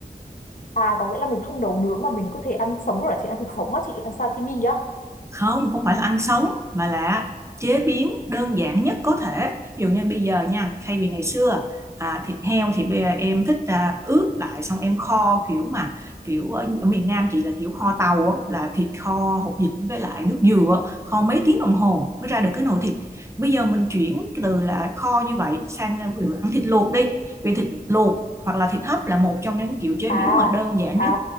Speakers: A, on the left; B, on the right.
A: À có nghĩa là mình không nấu nướng mà mình có thể ăn sống rồi hả chị? Ăn thịt sống á chị, ăn sashimi á.
B: không không phải là ăn sống mà là chế biến đơn giản nhất có thể ví dụ như bây giờ nha thay vì ngày xưa à, thịt heo thì bây giờ em thích à, ướp lại xong em kho kiểu mà kiểu ở, ở miền Nam chị là kiểu kho tàu á, là thịt kho hột vịt với lại nước dừa á, kho mấy tiếng đồng hồ mới ra được cái nồi thịt bây giờ mình chuyển từ là kho như vậy sang à, ví dụ ăn thịt luộc đi vì thịt luộc hoặc là thịt hấp là một trong những kiểu chế
A: À,
B: biến mà đơn giản
A: à,
B: nhất